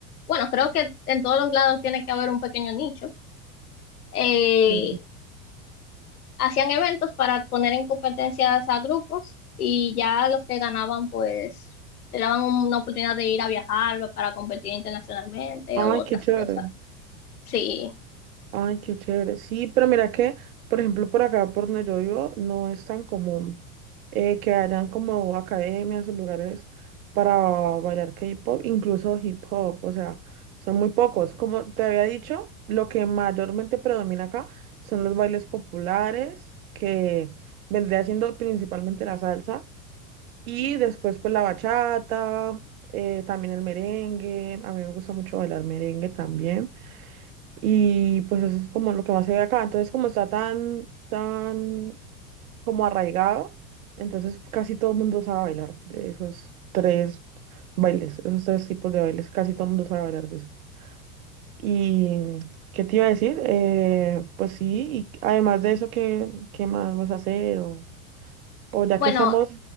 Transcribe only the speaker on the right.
Sí.
Ay,
qué chévere.
Ay, qué chévere. Sí, pero mira que, por ejemplo, por acá, por donde yo vivo, no es tan común eh, que hayan como academias o lugares para bailar K-pop, incluso hip hop. O sea, son muy pocos. Como te había dicho, lo que mayormente predomina acá son los bailes populares, que vendría siendo principalmente la salsa, y después pues la bachata, eh, también el merengue. A mí me gusta mucho bailar merengue también. Y pues eso es como lo que más se ve acá. Entonces, como está tan, tan como arraigado, entonces casi todo el mundo sabe bailar de esos tres bailes, esos tres tipos de bailes, casi todo el mundo sabe bailar de eso. ¿Y qué te iba a decir? Eh, pues sí, y además de eso, ¿qué, qué más vas a hacer? O, o ya
que estamos